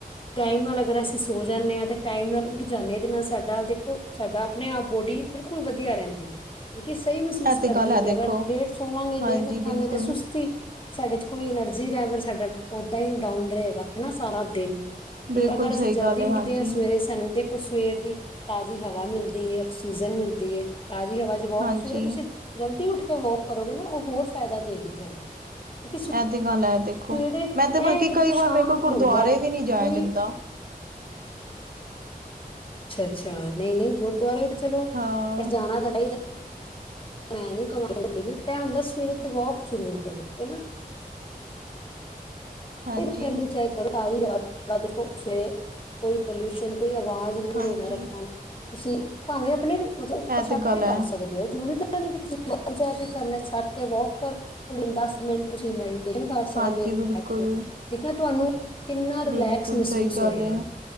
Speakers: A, on the left (about 35°); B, on the right (about 70°).
A: ਟਾਈਮ ਨਾਲ ਅਗਰ ਅਸੀਂ ਸੋ ਜਾਂਨੇ ਆਂ ਤੇ ਟਾਈਮ ਨਾਲ ਉੱਠ ਜਾਂਨੇ ਆਂ ਇਹਦੇ ਨਾਲ ਸਾਡਾ ਦੇਖੋ। ਸਾਡਾ ਆਪਣੇ ਆਪ ਬੋਡੀ ਬਿਲਕੁਲ ਵਧੀਆ ਰਹਿੰਦੀ ਏ। ਕਿ ਸਹੀ ਮਹਿਸੂਸ
B: ਇਹ
A: ਕਰਦੀ
B: ਤੇ ਗੱਲ ਹੈ
A: ਏ
B: ਦੇਖੋ
A: ਅਗਰ ਲੇਟ ਸੋਵਾਂਗੇ ਲੇਟ
B: ਹਾਂਜੀ
A: ਉੱਠਾਂਗੇ
B: ਬਿਲਕੁਲ
A: ਤੇ ਸੁਸਤੀ ਸਾਡੇ ਚ ਕੋਈ ਐਨਰਜੀ ਰੈਵਰ ਸਾਡਾ ਓਦਾਂ ਹੀ ਡਾਊਨ ਰਹੇਗਾ। ਹਨਾ ਸਾਰਾ ਦਿਨ ਤੇ
B: ਬਿਲਕੁਲ
A: ਅਗਰ
B: ਸਹੀ
A: ਅਸੀਂ ਜਲਦੀ
B: ਗੱਲ ਹੈ
A: ਉੱਠਦੇ
B: ਹਾਂਜੀ,
A: ਹਾਂ ਸਵੇਰੇ ਸਾਨੂੰ ਦੇਖ। ਸਵੇਰ ਦੀ ਤਾਜ਼ੀ ਹਵਾ ਮਿਲਦੀ ਏ, ਆਕਸੀਜਨ ਮਿਲਦੀ ਏ ਤਾਜ਼ੀ ਹਵਾ ਚ ਬਹੁਤ
B: ਹਾਂਜੀ ਇਹ
A: ਜਲਦੀ ਉੱਠ ਕੇ ਵੋਕ ਕਰੋਗੇ ਨਾ ਉਹ ਹੋਰ ਫਾਇਦਾ ਦੇਗੀ ਤੁਹਾਨੂੰ ਕਿਉਂਕਿ ਸਵੇਰੇ
B: ਤੇ ਗੱਲ ਹੈ ਦੇਖੋ।
A: ਇਹ
B: ਮੈਂ ਤੇ ਬਲਕਿ
A: ਇਕਦਮ
B: ਕਈ ਵਾਰ
A: ਸ਼ਾਂਤ
B: ਮੇਰੇ ਕੋਲ ਗੁਰਦੁਆਰੇ
A: ਹੁੰਦਾ ਹੈ
B: ਵੀ ਨਹੀਂ ਜਾਇਆ
A: ਕੋਈ
B: ਜਾਂਦਾ
A: ਅੱਛਾ ਅੱਛਾ ਨਹੀਂ ਨਹੀਂ ਗੁਰਦੁਆਰੇ ਤੇ ਚਲੋ
B: ਹਾਂ।
A: ਜਾਣਾ ਤਾਂ ਚਾਹੀਦਾ। ਮੈਂ ਨੀ ਕਵਾਂਗੀ ਤੇ ਇਹ ਹੁੰਦੈ ਸਵੇਰੇ ਤੇ ਵੋਕ ਜ਼ਰੂਰ ਕਰੋ ਠੀਕ ਹੈ ਨਾ,
B: ਹਾਂਜੀ,
A: <unintelligible> ਤਾਜ਼ੀ ਹਵਾ ਦੇਖੋ ਸਵੇਰੇ ਕੋਈ ਪੋਲਿਊਸ਼ਨ ਕੋਈ ਆਵਾਜ਼
B: ਹਾਂਜੀ
A: ਰੋਲਾ ਰੱਪਾ ਨੀ ਤੁਸੀਂ ਭਾਵੇਂ ਆਪਣੇ ਮਤਲਬ
B: ਇਹ
A: ਉੱਪਰ ਛੱਤ
B: ਗੱਲ
A: ਤੇ ਕਰ
B: ਹੈ
A: ਸਕਦੇ ਓ ਜਰੂਰੀ ਤਾਂ ਨੀ ਕਿ ਤੁਸੀਂ ਬਾਹਰ ਜਾ ਕੇ ਕਰਨੈ ਛੱਤ ਤੇ ਵੋਕ ਕਰ ਕੁੜੀ ਨੂੰ ਦਸ ਮਿੰਟ ਤੁਸੀਂ ਮਿਲ ਕਰ ਸਕਦੇ
B: ਹਾਂਜੀ
A: ਹੋ ਉੱਥੇ
B: ਬਿਲਕੁਲ।
A: ਬੈਠ ਕੇ ਦੇਖਣਾ ਤੁਹਾਨੂੰ ਕਿੰਨਾ ਰਿਲੈਕਸ
B: ਬਿਲਕੁਲ
A: ਮਹਿਸੂਸ
B: ਸਹੀ ਗੱਲ
A: ਹੋਏਗਾ।
B: ਏ।